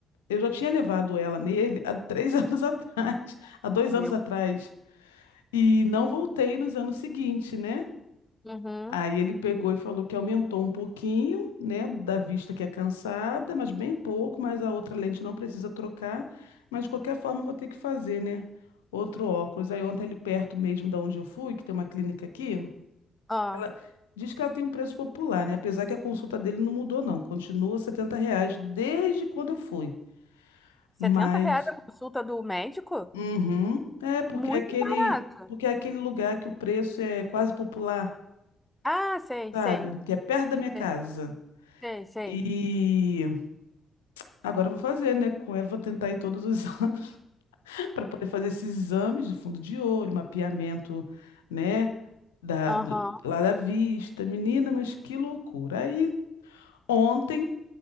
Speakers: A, on the left; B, in the centre.
A: eu já tinha levado ela nele há três <laughs> anos atrás, há dois
B: Meu.
A: anos atrás, e não voltei nos anos seguintes, né?
B: Uhum.
A: Aí ele pegou e falou que aumentou um pouquinho, né, da vista que é cansada, mas bem pouco, mas a outra lente não precisa trocar, mas de qualquer forma eu vou ter que fazer, né, outro óculos. Aí ontem ali perto mesmo da onde eu fui, que tem uma clínica aqui,
B: Ah.
A: ela diz que ela tem um preço popular, né, apesar que a consulta dele não mudou não, continua R$ 70 reais desde quando eu fui,
B: setenta
A: mas,
B: reais a consulta do médico?
A: uhum, é porque
B: Muito
A: é aquele,
B: barato.
A: porque é aquele lugar que o preço é quase popular,
B: Ah, sei,
A: sabe,
B: sei,
A: que é perto da minha casa.
B: sei, sei, sei.
A: E agora eu vou fazer, né? Com ela, vou tentar ir todos os <laughs> anos para poder fazer esses exames de fundo de olho, mapeamento, né? Da,
B: Aham.
A: do- lá da vista. Menina, mas que loucura. Aí, ontem,